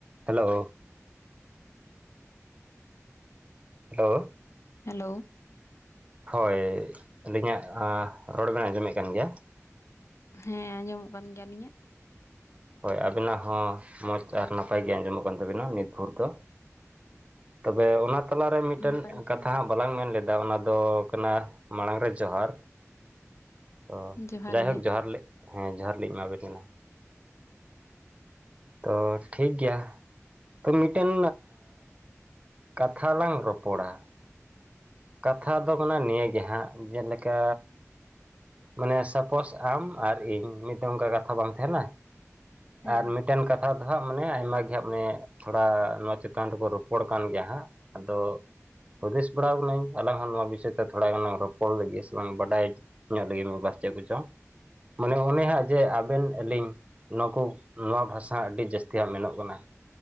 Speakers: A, on the right; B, on the left.
A: Hello hello
B: hello
A: ᱦᱳᱭ ᱟᱹᱞᱤᱧᱟᱜ ᱮᱸᱜ ᱨᱚᱲ ᱵᱮᱱ ᱟᱸᱡᱚᱢᱮᱫ ᱠᱟᱱ ᱜᱮᱭᱟ᱾
B: ᱦᱮᱸ ᱟᱸᱡᱚᱢᱚᱜ ᱠᱟᱱ ᱜᱮᱭᱟ ᱟᱞᱤᱧᱟᱜ᱾
A: ᱦᱳᱭ ᱟᱵᱤᱱᱟᱜ ᱦᱚᱸ ᱢᱚᱡᱽ ᱟᱨ ᱱᱟᱯᱟᱭ ᱜᱮ ᱟᱸᱡᱚᱢᱚᱜ ᱠᱟᱱ ᱛᱟᱵᱤᱱᱟ ᱱᱤᱛ ᱵᱷᱳᱨ ᱫᱚ᱾ ᱛᱚᱵᱮ ᱚᱱᱟ ᱛᱟᱞᱟᱨᱮ ᱢᱤᱫᱴᱮᱱ
B: ᱱᱟᱯᱟᱭ ᱜᱮ
A: ᱠᱟᱛᱷᱟ ᱦᱟᱸᱜ ᱵᱟᱞᱟᱝ ᱢᱮᱱ ᱞᱮᱫᱟ᱾ ᱚᱱᱟ ᱫᱚ ᱠᱟᱱᱟ ᱢᱟᱲᱟᱝ ᱨᱮ ᱡᱚᱦᱟᱨ ᱛᱚ
B: ᱡᱚᱦᱟᱨ
A: ᱡᱟᱭᱦᱳᱠ
B: ᱜᱮ
A: ᱡᱚᱦᱟᱨ ᱦᱮᱸ ᱡᱚᱦᱟᱨ ᱞᱤᱧ ᱮᱢᱟᱵᱮᱱ ᱠᱟᱱᱟ ᱛᱚ ᱴᱷᱤᱠ ᱜᱮᱭᱟ, ᱛᱚ ᱢᱤᱫ ᱴᱮᱱ ᱠᱟᱛᱷᱟ ᱞᱟᱝ ᱨᱚᱯᱚᱲᱟ, ᱠᱟᱛᱷᱟ ᱫᱚ ᱠᱟᱱᱟ ᱱᱤᱭᱟᱹᱜᱮ ᱦᱟᱸᱜ ᱡᱮᱞᱮᱠᱟ ᱢᱟᱱᱮ ᱥᱟᱯᱚᱥ ᱟᱢ ᱟᱨ ᱤᱧ ᱢᱤᱫᱴᱟᱝ ᱚᱱᱠᱟ ᱠᱟᱛᱷᱟ ᱵᱟᱝ ᱛᱟᱦᱮᱱᱟ
B: ᱦᱮᱸ
A: ᱟᱨ ᱢᱤᱫ ᱢᱤᱫᱴᱮᱱ ᱠᱟᱛᱷᱟ ᱫᱚ ᱦᱟᱸᱜ ᱢᱟᱱᱮ ᱟᱭᱢᱟ ᱜᱮ ᱦᱟᱸᱜ ᱢᱟᱱᱮ ᱛᱷᱚᱲᱟ ᱱᱚᱣᱟ ᱪᱮᱛᱟᱱ ᱨᱮᱵᱚ ᱨᱚᱯᱚᱲ ᱠᱟᱱ ᱜᱮᱭᱟ ᱦᱟᱸᱜ, ᱟᱫᱚ ᱦᱩᱫᱤᱥ ᱵᱟᱲᱟᱣ ᱟᱠᱟᱱᱟᱹᱧ, ᱟᱞᱟᱝ ᱦᱚᱸ ᱱᱚᱣᱟ ᱵᱤᱥᱚᱭ ᱛᱮ ᱛᱷᱚᱲᱟ ᱜᱟᱱ ᱞᱟᱝ ᱨᱚᱯᱚᱲ ᱞᱟᱹᱜᱤᱫ ᱥᱮᱞᱟᱝ ᱵᱟᱰᱟᱭ ᱧᱚᱜ ᱞᱟᱹᱜᱤᱫ ᱢᱤᱫ ᱵᱟᱨ ᱪᱮᱫ ᱠᱚᱪᱚᱝ, ᱢᱟᱱᱮ ᱚᱱᱮ ᱦᱟᱸᱜ ᱡᱮ ᱟᱵᱮᱱ ᱟᱹᱞᱤᱧ, ᱱᱚᱣᱟ ᱠᱩ ᱱᱚᱣᱟ ᱵᱷᱟᱥᱟ ᱟᱹᱰᱤ ᱡᱟᱹᱥᱛᱤ ᱦᱟᱸᱜ ᱢᱮᱱᱚᱜ ᱠᱟᱱᱟ,